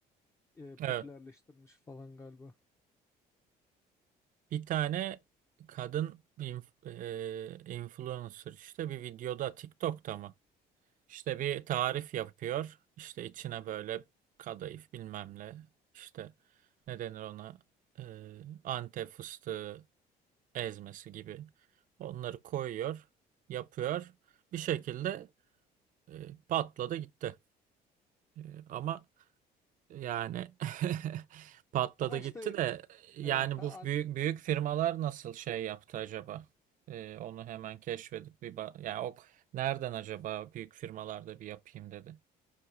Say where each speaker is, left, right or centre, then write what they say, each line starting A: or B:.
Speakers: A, on the left; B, on the right.
A: e, popülerleştirmiş
B: Evet
A: falan galiba.
B: bir tane kadın inf- e, influencer işte bir videoda TikTok'ta mı? İşte bir tarif yapıyor. İşte içine böyle kadayıf bilmem ne. işte ne denir ona Ee, Antep fıstığı ezmesi gibi. Onları koyuyor, yapıyor. Bir şekilde e, patladı gitti. E, ama yani <laughs> patladı
A: Ama
B: gitti
A: işte
B: de yani
A: e, ha,
B: bu büyük büyük firmalar nasıl şey yaptı acaba? E, onu hemen keşfedip bir ba- yani o nereden acaba büyük firmalarda bir yapayım dedi.